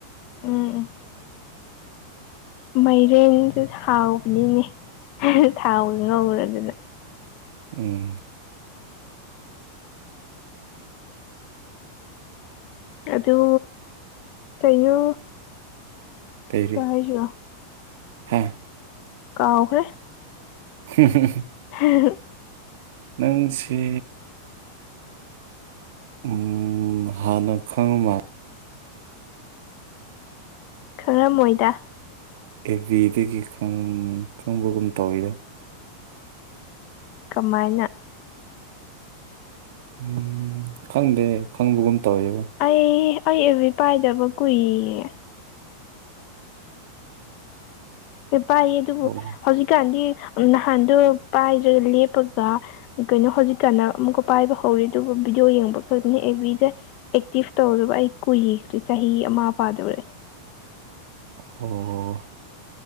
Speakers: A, on the left; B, on the right.
A: ꯎꯝ ꯎꯝ ꯃꯥꯏꯔꯦꯟꯁꯨ ꯊꯥꯎꯕꯅꯤꯅꯦ ꯊꯥꯎ ꯉꯧꯔꯗꯨꯅ
B: ꯎꯝ
A: ꯑꯗꯨ ꯀꯩꯅꯣ
B: ꯇꯩꯔꯤ
A: ꯀꯩ ꯍꯥꯏꯁꯤꯔꯣ
B: ꯍꯥ
A: ꯀꯥꯎꯈ꯭ꯔꯦ
B: ꯍꯝ ꯍꯨꯝ
A: ꯎ
B: ꯅꯪ ꯁꯤ ꯎꯝ ꯍꯅ ꯈꯪ ꯃꯥ
A: ꯈꯪꯔꯝꯃꯣꯏꯗ
B: ꯑꯦꯕꯤꯕꯤꯗꯒꯤ ꯈꯪꯕꯒꯨꯝ ꯇꯧꯋꯤꯗ
A: ꯀꯃꯥꯏꯅ
B: ꯎꯝ ꯈꯪꯗꯦ ꯈꯪꯕꯒꯨꯝ ꯇꯧꯋꯦꯕ
A: ꯑꯩ ꯑꯩ ꯏꯕꯤ ꯄꯥꯏꯗꯕ ꯀꯨꯏꯌꯦ ꯄꯥꯏꯌꯦ ꯑꯗꯨꯕꯨ
B: ꯑꯣ
A: ꯍꯧꯖꯤꯛꯀꯥꯟꯗꯤ ꯅꯍꯥꯟꯗꯣ ꯄꯥꯏꯗ꯭ꯔꯒ ꯂꯦꯞꯄꯒ ꯀꯩꯅꯣ ꯍꯧꯖꯤꯛꯀꯥꯟꯅ ꯑꯃꯨꯛꯀ ꯄꯥꯏꯕ ꯍꯧꯔꯦ ꯑꯗꯨꯒ ꯚꯕꯤꯗꯤꯑꯣ ꯌꯦꯡꯕ ꯈꯛꯇꯅꯤ ꯑꯦ ꯕꯤꯗ ꯑꯦꯛꯇꯤꯞ ꯇꯧꯗꯕ ꯑꯩ ꯀꯨꯏꯈ꯭ꯔꯦ ꯆꯍꯤ ꯑꯃ ꯄꯥꯗꯧꯔꯦ
B: ꯑꯣ